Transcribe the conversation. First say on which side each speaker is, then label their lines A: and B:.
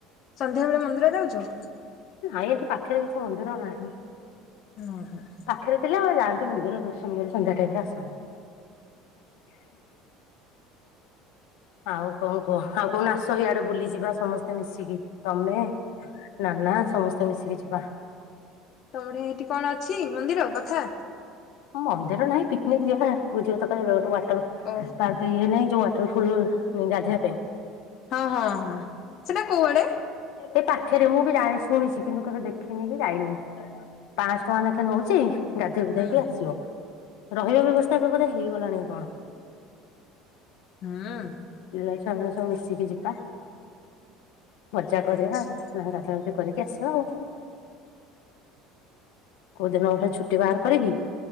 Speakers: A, on the left; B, on the left.
A: ସନ୍ଧ୍ୟାବେଳେ ମନ୍ଦିର ଯାଉଚ?
B: ନାଇଁ ଏଠି ପାଖେରେ କିଛି ମନ୍ଦିର ନାହିଁ।
A: <unintelligible>
B: ପାଖେରେ ଥିଲେ ଆଉ ଯାଆନ୍ତି ମନ୍ଦିର ଦର୍ଶନ କରି ସନ୍ଧ୍ୟା ଟାଇମ୍ ରେ ଆସନ୍ତି। ଆଉ କଣ କୁହ ଆଉ କୋଉନ ଆସ ଇଆଡେ ବୁଲିଯିବା ସମସ୍ତେ ମିଶିକି, ତମେ ନା-ନା ସମସ୍ତେ ମିଶିକି ଯିବା।
A: ତମଠେଇଁ ଏଇଠି କଣ ଅଛି ମନ୍ଦିର ପାଖା?
B: ମନ୍ଦିର ନାହିଁ ପିକ୍ନିକ୍ ଯିବା ବୁଝିବ ତ <unintelligible> ଗୋଟେ ୱାଟର
A: ଓ
B: ପାର୍କ ଇଏ ନାହିଁ ଯୋଉ ୱାଟର୍ ଫୁଲ୍ ଗାଧୋଇବା ପାଇଁ।
A: ହଁ-ହଁ-ହଁ ସେଟା କୋଉଆଡେ?
B: ଏ ପାଖେରେ, ମୁଁ ବି ଜାଣି ଶୁଣିଚି କିନ୍ତୁ କେବେ ଦେଖିନି କି ଯାଇନି। ପାଞ୍ଚସହ ଟଙ୍କା ନେଖେ ନଉଚି ଗାଧେଇ ଗୁଧାଇକି
A: ହୁଁ
B: ଆସି ରହିବା ବ୍ୟବସ୍ଥା ଏବେ ବଧେ ହେଇଗଲାଣି କି କଣ।
A: ହୁଁ।
B: ପିଲା ଛୁଆମାନେ ସବୁ ମିଶିକି ଯିବା ମଜା କରିବା।
A: ଆଚ୍ଛା
B: <inaudible> କରିକି ଆସିବା ଆଉ। କୋଉଦିନ ଗୋଟେ ଛୁଟି ବାହାର କରିକି